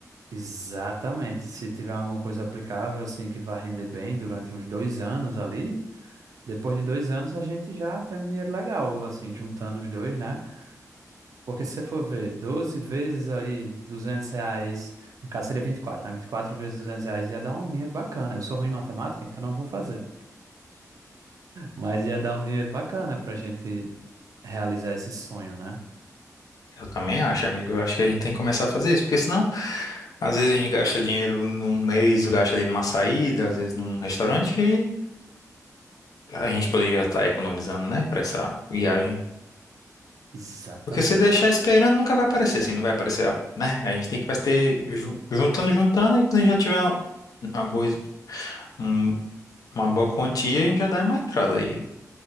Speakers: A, on the right (about 65°); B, on the left (about 75°).
A: Exatamente. Se tiver alguma coisa aplicável, assim, que vai render bem durante uns dois anos ali, depois de dois anos a gente já tem um dinheiro legal, assim, juntando os dois, né? Porque se você for ver 12 vezes ali 200 reais, no caso seria 24, né? vinte e quatro vezes 200 reais ia dar um dinheiro bacana. Eu sou ruim em matemática, então não vou fazer. Mas ia dar um dinheiro bacana pra gente realizar esse sonho, né?
B: Eu também acho, amigo. Eu acho que a gente tem que começar a fazer isso, porque senão, às vezes a gente gasta dinheiro num mês, gasta ali numa saída, às vezes num restaurante, que a gente poderia estar economizando, né, para essa viagem.
A: Exatamente.
B: Porque se deixar esperando, nunca vai aparecer, assim, não vai aparecer, a- né? A gente tem que vai ter ju- juntando, juntando, e quando a gente já tiver uma uma boa, um- uma boa quantia, a gente já dá uma entrada aí.